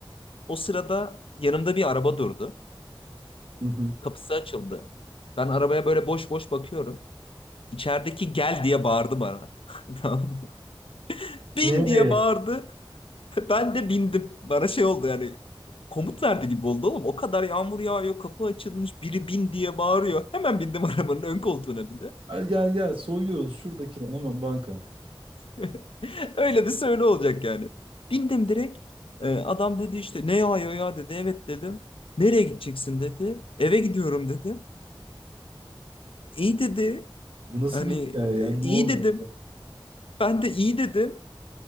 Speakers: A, on the left; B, on the right.
A: O sırada yanımda bir araba durdu.
B: Hı hı.
A: Kapısı açıldı. Ben arabaya böyle boş boş bakıyorum. İçerideki gel diye bağırdı bana. <laughs> Tamam mı? Bin
B: Nereye?
A: diye bağırdı. Ben de bindim. Bana şey oldu yani komut verdi gibi oldu oğlum. O kadar yağmur yağıyor, kapı açılmış, biri bin diye bağırıyor. Hemen bindim arabanın ön koltuğuna bir de.
B: Gel gel gel soyuyoruz şuradaki hemen banka.
A: <laughs> Öyle bir söyle olacak yani. Bindim direkt. Ee, adam dedi işte ne yağıyor ya ya dedi. Evet dedim. Nereye gideceksin dedi. Eve gidiyorum dedim. İyi dedi.
B: Bu nasıl
A: Hani
B: bir hikaye
A: e,
B: ya? Ne
A: iyi
B: oluyor?
A: dedim. Ben de iyi dedim.